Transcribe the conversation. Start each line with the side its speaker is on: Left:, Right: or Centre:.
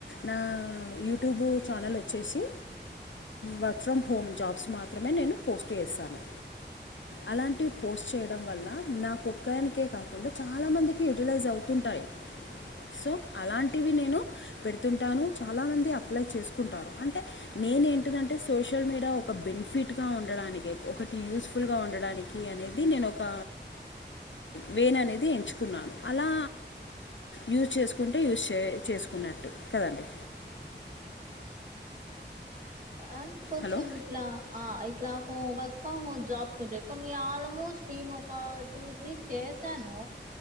Left: నా యూట్యూబు ఛానల్ వచ్చేసి వర్క్ ఫ్రమ్ హోమ్ జాబ్స్ మాత్రమే నేను పోస్ట్ చేస్తాను అలాంటివి పోస్ట్ చేయడం వల్ల నాక్ ఒక్కదానికే కాకుండ చాలా మందికి యూటిలైజ్ అవుతు ఉంటాయి, సో అలాంటివి నేను పెడుతుంటాను, చాలామంది అప్లై చేసుకుంటారు, అంటే నేను ఏంటిదంటే సోషల్ మీడియా ఒక బెనిఫిట్గా ఉండ ఒకటి యూస్ ఫుల్ గా ఉండడానికి అనేది నేనుఒక వెన్ అనేది, ఎంచుకున్నాను అలా యూస్ చేస్కుంటూ యూస్ చేసుకున్నటు, కదండి
Right: అం కొంచం
Left: హలో
Right: ఇట్లా ఆయి ఇట్లా వర్క్ ఫ్రొం హోమ్ జాబ్స్ ఉంటాయి, కొన్ని ఆల్మోస్ట్ నేను ఒక టూ త్రీ చేసాను,